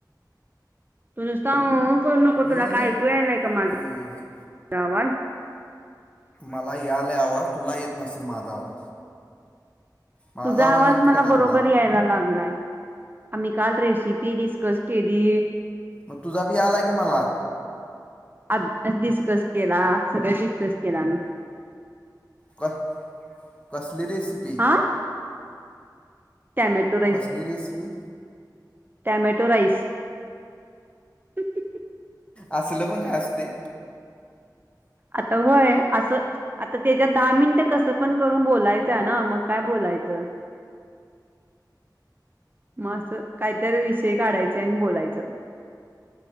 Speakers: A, on the right; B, on the left.
A: तु नुस्ता हुं हुं करू नको,
B: मी
A: तुला काय ऐकू यायलाय का माझं?
B: अ, हे-
A: गावात.
B: मला यालय आवाज, तुला येत नसल माझा आवाज. माझा
A: तुझा आवाज
B: येतो
A: मला
B: का ना
A: बरोबर
B: तुला
A: यायला लागलाय. आमी काल रेसिपी डिस्कस केली.
B: मग तुझा बी यालाय की मला
A: त्यात डिस्कस केला, सगळ डिस्कस केल आमी.
B: कस कसली रेसिपी?
A: हा टॅमॅटो राईस,
B: कसली रेसिपी
A: टॅमॅटो राईस. अआइइईईउऊ <inaudible>
B: आसल पण काय असतय?
A: आता होय आसं, आता तेच्यात दहा मिनिटं कसं पण करून बोलायचं हाय ना, मग काय बोला बघायचं. मग असं काहीतरी विषय काढायचे आणि बोलायच.